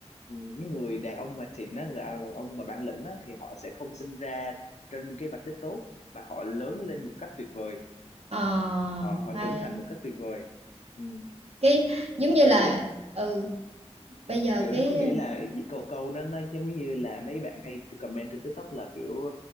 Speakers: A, on the left (about 80°); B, on the right (about 65°).
A: những người đàn ông mà xịn á, người đàn ông mà bản lĩnh á, thì họ sẽ không sinh ra trên cái vạch đích tốt mà họ lớn lên một cách tuyệt vời,
B: Ờ,
A: họ họ
B: hay.
A: trưởng thành một cách tuyệt vời. Ừ.
B: Cái, giống như
A: Kiểu
B: là, ừ, bây giờ
A: kiểu
B: cái
A: nó có nghĩa là câu câu nó nó giống như là mấy bạn hay comment trên TikTok là kiểu